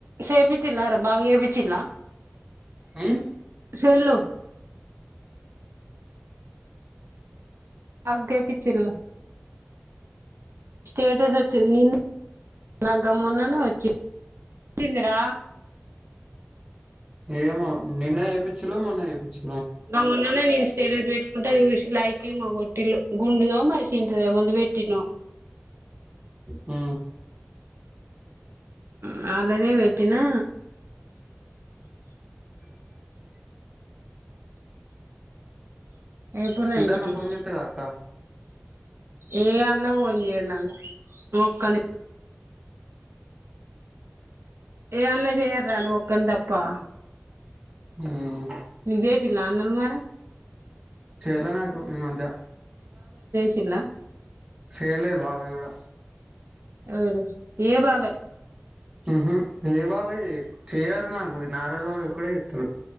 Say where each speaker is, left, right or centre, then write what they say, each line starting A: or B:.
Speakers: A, on the right; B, on the right.
A: చేపిచ్లా రా బాగ చేప్చిల్లా
B: ఉమ్
A: స్కూల్ లో హగ్ ఏ పిచ్చి పిల్లా స్టేటస్ వచ్చింది నిన్న నా గమ్మున్నానే వచ్చి, తిందురా?
B: ఏమో నిన్న చేపించిలో మొన్న చేపించిలో
A: అ ఉన్ననే నేను స్టేట స్ పెట్టుకుంటే చూసి లైక్ కింగ్ కొట్టిల్లు గుండుదో మరి చింటిదో ఎవరది పెట్టిల్లో
B: మ్
A: వాలాదే పెట్టినా
B: <inaudible>
A: ఎప్పుడు రా
B: సిద్ధాన్న
A: ఇంటి
B: ఫోన్
A: కి
B: చేత్తడా అక్క
A: ఏ అన్న పోని ఏడున్నావు అంకుల్ ఒక్కనే ఏ అన్న చేయారు రా నువ్వు ఒక్కనివి తప్పా
B: ఉమ్
A: నువ్వు చేసినావా అందరూ మరి
B: చేయలే నాకు ఈ మధ్య
A: తిన్నా
B: చేేయలేదు బాబాయ్ కూడా
A: అవునా ఏ బాబాయ్
B: ఉహు ఏ బాబాయ్ చేయరు నాకు నాగరాజు బాబాయ్ ఒక్కడే చేత్తాడు.